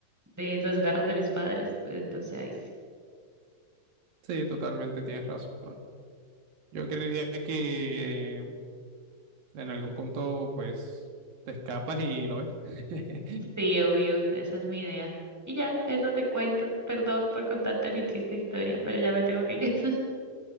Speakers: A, in the centre; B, on the right.
A: de los garras de mis padres, pues entonces ahí sí.
B: Sí, totalmente tienes razón. Yo creería que en algún punto, pues, te escapas y lo ves. <laughs>
A: Sí, obvio, esa es mi idea. Y ya, eso te cuento. Perdón por contarte mi triste historia, pero ya me tengo que ir. <laughs>